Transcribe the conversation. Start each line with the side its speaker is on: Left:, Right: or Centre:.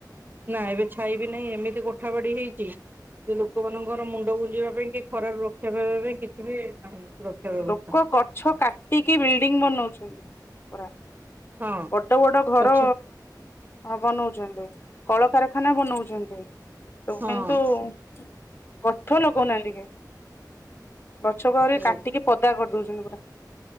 Right: ନା ଏବେ ଛାଇ ବିି ନାହିଁ ଏମିତି ଗୋଠା ବାଡି ହେଇଛି ଯେ ଲୋକମାନଙ୍କର ମୁଣ୍ଡ ଗୁଞ୍ଜିବା ପାଇଁ କି ଖରାରୁ ରକ୍ଷା ପାଇବା ପାଇଁ କିଛି ବି ନାହିଁ ସୁରକ୍ଷା ବ୍ୟବସ୍ଥା
Left: ଲୋକ ଗଛ କାଟିକି ବିଲ୍ଡିଂ ବନଉଛନ୍ତି ପୁରା
Right: ହଁ
Left: ବଡ ବଡ ଘର
Right: ଗଛ
Left: ହଁ ବନଉଛନ୍ତି କଳକାରଖାନା ବନଉଛନ୍ତି ହ ସବୁ
Right: ହଁ
Left: କିନ୍ତନ୍ତୁ ଗଛ ଲଗଉନାହାନ୍ତି କେ ଗଛକୁ
Right: ସେ
Left: ଆହୁରି କାଟିକି ପଦା କରିଦଉଛନ୍ତି <inaudible>